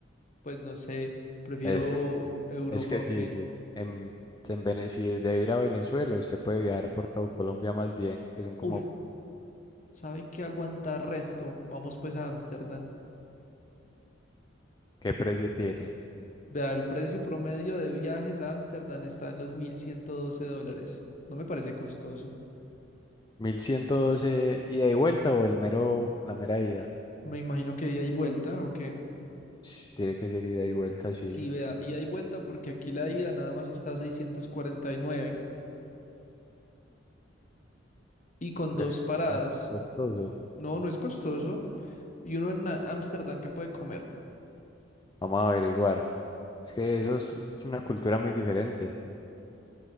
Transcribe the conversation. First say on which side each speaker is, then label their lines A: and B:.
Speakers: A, on the left; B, on the left.
A: pues no sé, prefiero
B: Es
A: Europa
B: Es que
A: o
B: sí,
A: qué.
B: sí. En, en Vene- si de ir a Venezuela, usted puede viajar por todo Colombia más bien, que son como,
A: Uf, ¿sabe qué aguanta resto? Vamos pues a Ámsterdam.
B: ¿qué precio tiene?
A: Vea, el precio promedio de viajes a Ámsterdam está en los 1.112 dólares. No me parece costoso.
B: Mil ciento doce ida y vuelta o el mero, la mera ida?
A: Me imagino que ida y vuelta o qué.
B: Sh, Tiene que ser ida y vuelta, sí.
A: Sí, vea, ida y vuelta porque aquí la ida nada más está a 649 y con dos
B: Bueno, es-
A: paradas.
B: no es tan costoso.
A: No, no es costoso. y uno en a- Ámsterdam que puede comer.
B: Vamos a averiguar. Es que eso es, es una cultura muy diferente.